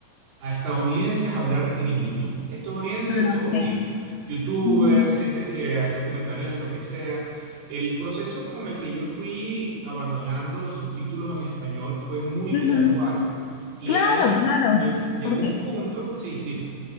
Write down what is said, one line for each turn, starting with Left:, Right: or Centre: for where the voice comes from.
Right: a estadounidenses hablar en YouTube, estadounidenses
Left: Ah,
Right: de todo
Left: ok.
Right: tipo youtubers,
Left: Ujú,
Right: gente que hacía comentarios de lo que sea. El proceso con el que yo fui abandonando los subtítulos en español fue muy
Left: ujú.
Right: gradual. Y
Left: Claro,
Right: ahí
Left: claro.
Right: lle- llegó
Left: ¿Por
Right: un
Left: qué?
Right: punto, sí, dime.